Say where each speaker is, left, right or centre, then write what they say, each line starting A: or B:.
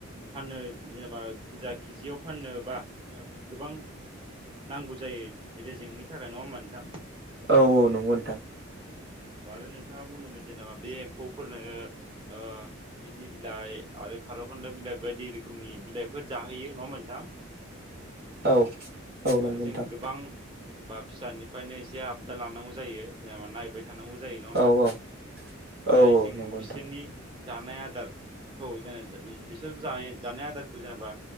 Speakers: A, on the right; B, on the right.
A: फाननो जेनेबा बुरजा केजियाव फाननोबा जेनेबा जों गोबां नांगौ जायो रेजेंनि थाखाय नंङा होमा नोंथां।
B: औ औ नंगौ नोंथां।
A: औ। आरो नोंथाङा बुंदोंमोन जेनेबा बे एम्फौफोरनो ओ इन्दि बिलाइ आरो खार' खानदाइ बिलाइ बायदि रोखोमनि बिलाइफोर जाहोयो। नङा होनबा नोंथां?
B: औ औ नंगौ
A: आरो
B: नोंथां
A: जों गोबां जेनबा फिसानिफ्रायनो एसे आबदा लानांगौ जायो जेनबा नायबाय थानांगौ जायो नङा होमबा
B: औ
A: नोंथां?
B: औ औ
A: जाय
B: औ
A: जों
B: नंगौ
A: बिसोरनि
B: नोंथां
A: जानाय आदारखौ जों इ बिसोर जानाय जानाय आदारखौ जेनेबा